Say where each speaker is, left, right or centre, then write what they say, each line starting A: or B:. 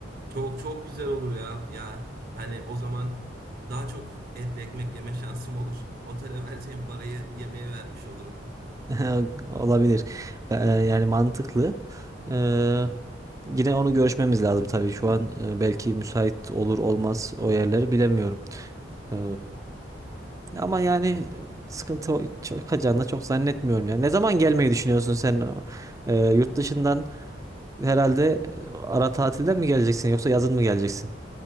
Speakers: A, on the right; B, on the right.
A: Çok çok güzel olur ya. Ya hani o zaman daha çok etli ekmek yeme şansım olur. Otele vereceğim parayı yemeğe vermiş olurum.
B: <laughs> Olabilir. Ee, yani mantıklı. Ee, yine onu görüşmemiz lazım tabii. Şu an e, belki müsait olur olmaz o yerleri bilemiyorum. Ee, ama yani sıkıntı o- çıkacağını çok zannetmiyorum. Yani ne zaman gelmeyi düşünüyorsun sen? Ee, yurt dışından herhalde e, ara tatilden mi geleceksin yoksa yazın mı geleceksin?